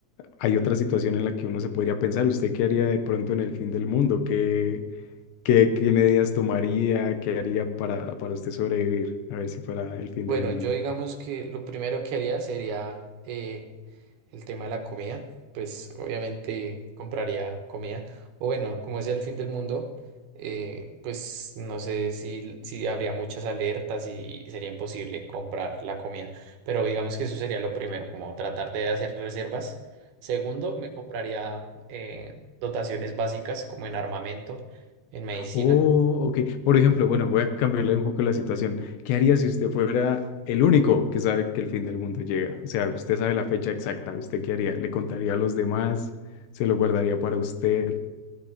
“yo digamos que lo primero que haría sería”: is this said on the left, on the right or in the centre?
Right